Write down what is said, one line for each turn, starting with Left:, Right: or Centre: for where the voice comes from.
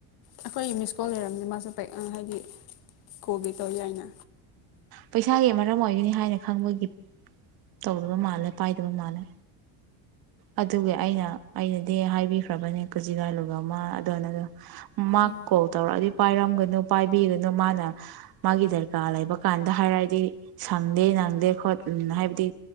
Left: ꯑꯩꯈꯣꯏ ꯃꯤꯁꯀꯣꯜ ꯂꯩꯔꯝꯁꯦ ꯃꯥꯁꯨ ꯄꯩ ꯍꯥꯏꯗꯤ ꯀꯣꯕꯤ ꯇꯧ ꯌꯥꯏꯅ
Right: ꯄꯩꯁꯥꯒꯤ ꯃꯔꯝ ꯑꯣꯏꯒꯅꯤ ꯍꯥꯏꯅ ꯈꯪꯕꯒꯤ ꯇꯧꯗꯕ ꯃꯥꯜꯂꯦ ꯄꯥꯏꯗꯕ ꯃꯥꯜꯂꯦ ꯑꯗꯨꯒꯤ ꯑꯩꯅ ꯑꯩꯅꯗꯤ ꯍꯥꯏꯕꯤꯈ꯭ꯔꯕꯅꯦ ꯀꯨꯖꯤ ꯂꯥꯂꯨꯒ ꯑꯃ ꯑꯗꯣꯅꯗꯣ ꯃꯥ
Left: ꯎꯝ
Right: ꯀꯣꯜ ꯇꯧꯔꯛꯑꯗꯤ ꯄꯥꯏꯔꯝꯒ ꯗꯣ ꯄꯥꯏꯕꯤꯒꯅꯨ ꯃꯥꯅ ꯃꯥꯒꯤ ꯗꯔꯀꯥꯔ ꯂꯩꯕ ꯀꯥꯟꯗ ꯍꯥꯏꯔꯑꯗꯤ ꯁꯪꯗꯦ ꯅꯪꯗꯦ ꯈꯣꯠ ꯎꯝ ꯍꯥꯏꯕꯗꯤ